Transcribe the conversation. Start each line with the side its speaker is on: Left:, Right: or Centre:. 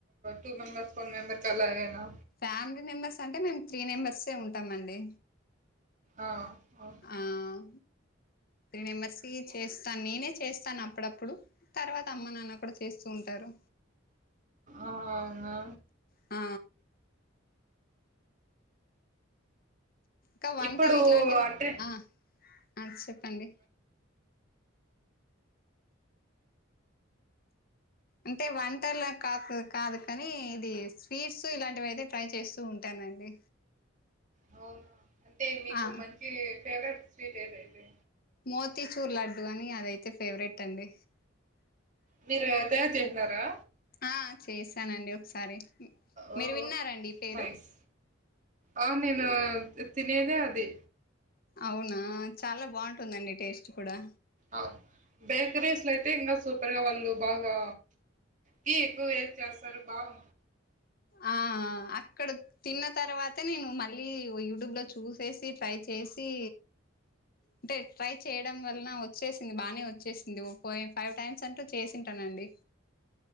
Right: టూ మెంబెర్స్ ఫోర్ మెంబర్ కలాగేనా
Left: ఫ్యామిలీ మెంబర్స్ అంటే మేము త్రీ నెంబెర్సే ఉంటాం అండి
Right: ఆ ఓ
Left: ఆ అ త్రీ మెంబర్స్ కి చేస్తాను నేనే చేస్తాను అప్పుడప్పుడు తర్వాత అమ్మ నాన్న కుడా చేస్తూ ఉంటారు
Right: అ అవున
Left: ఆ క వంటల్
Right: ఇప్పుడు
Left: గిట్లాంటివి
Right: అంటే
Left: ఆ అ చెప్పండి అంటే వంటల కాక్ కాదు కానీ ఇది స్వీట్స్ ఇలాంటివి అయితే ట్రై చేస్తూ ఉంట్ పెట్టానండి
Right: అవునా అంటే మీకు
Left: ఆ
Right: మంచి ఫేవరెట్ స్వీట్ ఏదైతే
Left: మోతీచూర్ లడ్డు అని అదైతే ఫేవరెట్ అండి
Right: మీరయితే తిన్నరా
Left: ఆ చేసానండి ఒకసారి
Right: ఓ
Left: మీరు విన్నారండి ఈ పేరు
Right: నైస్ ఆ నేను తినేదే అది
Left: అవునా చాలా బాగుంటుందండి టేస్ట్ కూడా
Right: అ బేకరీస్లో అయితే ఇంకా సూపర్గా వాళ్ళు బాగా టీ ఎక్కువ వేసి చేస్తారు బావు
Left: ఆ అ ఆ అక్కడ తిన్న తర్వాతే నేను మళ్ళీ యూట్యూబ్లో చూసేసి ట్రై చేసి అంటే ట్రై చేయడం వల్లన వచ్ చ్చేసింది బానే వచ్చేసింది ఓ ఫ ఫైవ్ టైమ్స్ అంటూ చేసింటానండి